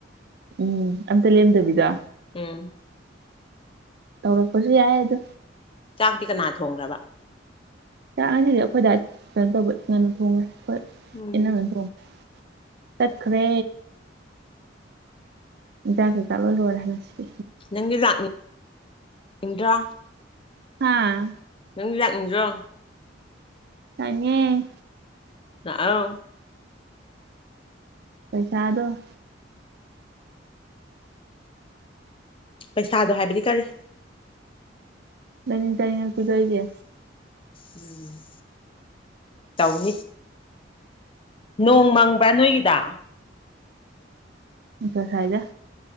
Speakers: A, on the right; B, on the left.
A: ꯎꯝ ꯑꯝꯇ ꯂꯦꯝꯗꯕꯤꯗ
B: ꯎꯝ
A: ꯇꯧꯔꯛꯄꯁꯨ ꯌꯥꯏ ꯑꯗꯣ
B: ꯆꯥꯛꯇꯤ ꯀꯅꯥ ꯊꯣꯡꯈ꯭ꯔꯕ
A: ꯆꯥꯛ ꯉꯁꯤꯗꯤ ꯑꯩꯈꯣꯏ ꯗꯥꯏ ꯀꯩꯅꯣ ꯇꯧꯕ ꯉꯟꯅ ꯊꯣꯡꯉꯦ ꯑꯩꯈꯣꯏ
B: ꯎꯝ
A: ꯏꯅꯝꯃꯅ ꯊꯣꯡꯉꯦ ꯆꯠꯈ꯭ꯔꯦ ꯍꯦꯟꯖꯥꯡ ꯀꯩꯀꯥ ꯂꯣꯏ ꯂꯣꯏꯔꯦ ꯉꯁꯤ
B: ꯅꯪꯗꯤ ꯂꯥꯛꯅꯤꯡ ꯅꯤꯡꯗ꯭ꯔꯣ
A: ꯍꯥꯥ
B: ꯅꯪꯗꯤ ꯂꯥꯛꯅꯤꯡ ꯗ꯭ꯔꯣ
A: ꯂꯥꯛꯅꯤꯡꯉꯦ
B: ꯂꯥꯛꯑꯣ
A: ꯄꯩꯁꯥꯗꯣ
B: ꯄꯩꯁꯥꯗꯣ ꯍꯥꯏꯕꯗꯤ ꯀꯔꯤ
A: ꯂꯥꯏꯅꯤꯡ ꯆꯥꯏꯅꯤꯡꯉ ꯄꯤꯗꯣꯏꯒꯦ
B: ꯎꯝ ꯇꯧꯅꯤ ꯅꯣꯡ ꯃꯪꯕ꯭ꯔꯥ ꯅꯣꯏꯒꯤꯗ
A: ꯅꯨꯡꯁꯥ ꯁꯥꯏꯗ